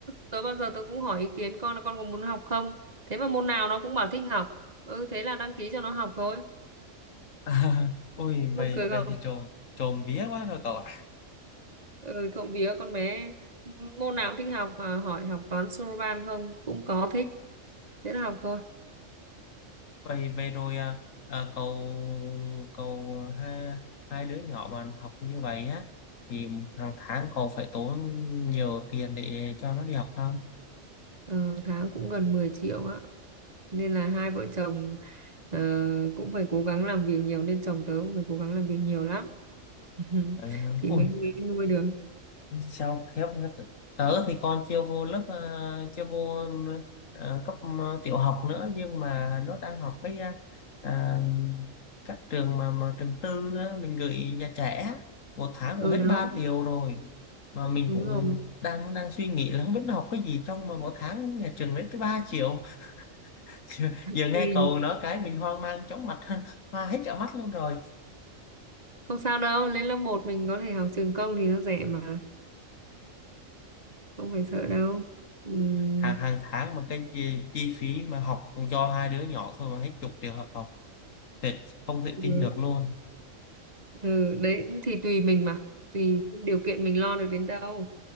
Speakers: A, on the right; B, on the left.
A: tớ bao giờ tớ cũng hỏi ý kiến con là con có muốn học không thế mà môn nào nó cũng bảo thích học ừ thế là đăng ký cho nó học thôi
B: À, ôi
A: buồn
B: vậy
A: cười không
B: vậy thì trộm trộm vía quá rồi cậu ạ
A: ừ trộm vía con bé môn nào cũng thích học à, hỏi học toán Soroban không cũng có thích thế là học thôi
B: vậy vậy rồi à, à, cậu cậu à, hai hai đứa nhỏ mà học như vậy á thì hàng tháng cậu phải tốn nhiều tiền để cho nó đi học không?
A: Ờ, tháng cũng gần 10 triệu á nên là hai vợ chồng ờ, cũng phải cố gắng làm việc nhiều nên chồng tớ cũng phải cố gắng làm việc nhiều lắm <laughs>
B: Phải không?
A: thì
B: Ôi,
A: mới mới nuôi được
B: sao khiếp tớ thì con chưa vô lớp ờ, chưa vô ờ, cấp ờ, tiểu học nữa nhưng mà nó đang học cái ờ, à, các trường mà, mà trường tư á, mình gửi nhà trẻ á, một tháng
A: ừ
B: cũng hết
A: đó
B: 3 triệu rồi mà mình
A: đúng
B: cũng
A: rồi
B: đang đang suy nghĩ là không biết nó học cái gì trong mà một tháng nhà trường lấy cái ba triệu <laughs> giờ
A: thì
B: nghe cậu nói cái mình hoang mang chóng mặt <laughs> hoa hết cả mắt luôn rồi
A: không sao đâu lên lớp một mình có thể học trường công thì nó rẻ mà không phải sợ đâu Ừm,
B: hàng hàng tháng mà cái chi, chi phí mà học cho hai đứa nhỏ thôi mà hết chục triệu học Thiệt không thể
A: ừ,
B: tin được luôn.
A: ừ, đấy thì tùy mình mà tùy điều kiện mình lo được đến đâu